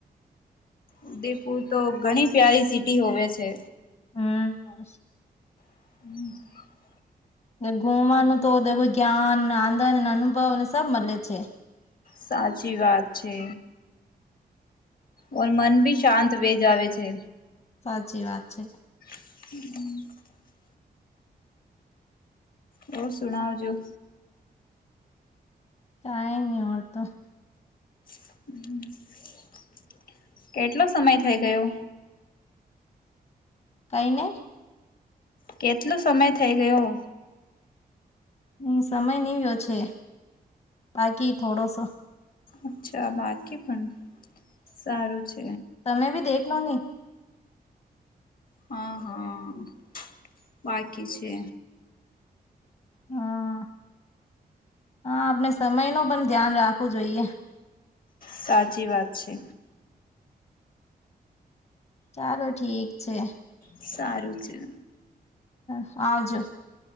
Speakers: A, on the left (about 60°); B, on the left (about 40°).
A: ઉદયપુર તો ઘણી પ્યારી સીટી હોવે છે.
B: <unintelligible>
A: <unintelligible>
B: ઘૂમવાનું તો દેવું જ્ઞાન આનંદ અનુભવ અને સબ મળે છે.
A: સાચી વાત છે. ઓર મન ભી શાંત વે જવે છે.
B: સાચી વાત છે.
A: <unintelligible> બહુ સુણવજો.
B: કાય ન ઓર તો
A: <unintelligible> કેટલો સમય થઇ ગયો.
B: કઈને.
A: કેટલો સમય થઇ ગયો.
B: હ સમય નીવ્યો છે બાકી થોડોસો
A: અચ્છા બાકી પણ સારું છે
B: તમે ભી દેખલો નહી
A: હા હા બાકી છે
B: હમ હા આપણે સમય ન પણ ધ્યાન રાખવું જોઈએ
A: સાચી વાત છે
B: ચાલો ઠીક છે
A: સારું છે
B: હ આવજો